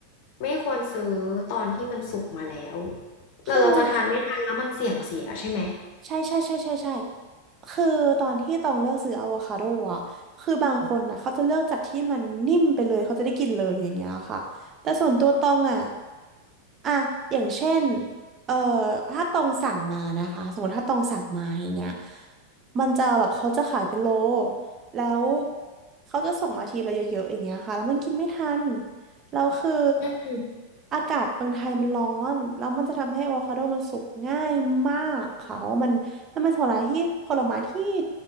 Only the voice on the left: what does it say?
ไม่ควรซื้อตอนที่มันสุกมาแล้ว
แล้วเราจะทานไม่ทันแล้วมันเสี่ยงเสียใช่ไหม
อืม